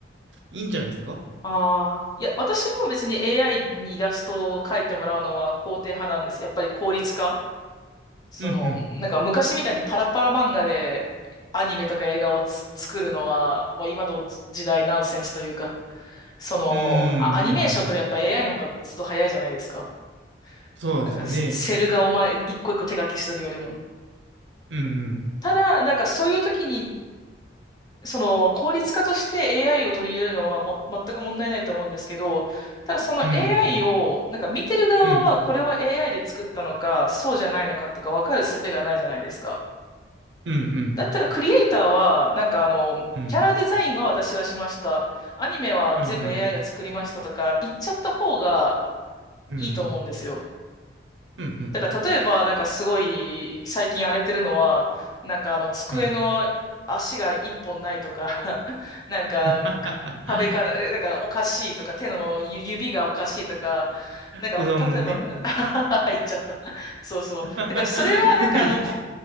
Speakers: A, on the right (about 75°); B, on the left (about 20°).
A: いいんじゃないですか
B: ああ、いや、私も別に AI にイラストを描いてもらうのは肯定派なんです。やっぱり効率化。その、
A: うんうん。
B: なんか昔みたいにパラパラ漫画でアニメとか映画をつ作るのは、まあ、今の時代ナンセンスというか、その、
A: うんうんうん。
B: あアニメーションとかやっぱ AI の方がずっと早いじゃないですか。
A: そうですよね。
B: なんかセセルがお前一個一個手書きしてるよりも。
A: うん
B: ただ、なんかそういう時にその効率化として AI を取り入れるのはも全く問題ないと思うんですけど、ただその
A: うん。
B: AI をなんか見てる側はこれは
A: うん。うん
B: AI で作ったのかそうじゃないのかとか分かる術がないじゃないですか。
A: うん
B: だったらクリエイターはなんかあのキャラデザインは私がしました。
A: うん。うん
B: アニメは全部
A: うんう
B: AI が作りましたとか言っちゃった方が
A: ん。うん
B: いいと思うんですよ。
A: うん。
B: だから例えばなんかすごい最近荒れてるのはなんかあの机の足が一本ないとか
A: うん。
B: <laughs> なんか
A: <laughs>
B: 壁から、だからおかしいとか、手のゆ指がおかしいとか、なんか、
A: うどんね。
B: 例えば、<laughs> 言っちゃった。そうそう。
A: <laughs> はい。
B: だから、それはなんかもうこ、